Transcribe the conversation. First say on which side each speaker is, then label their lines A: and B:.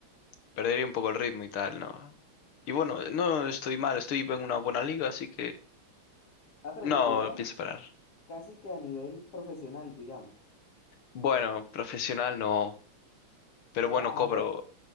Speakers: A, on the left; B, on the left.
A: perdería un poco el ritmo y tal, ¿no? Y bueno, no estoy mal, estoy en una buena liga, así que
B: Ah, pero
A: no
B: lo juegas
A: pienso parar.
B: casi que a nivel profesional, digamos,
A: Bueno, profesional no, pero
B: pero
A: bueno,
B: amateur.
A: cobro,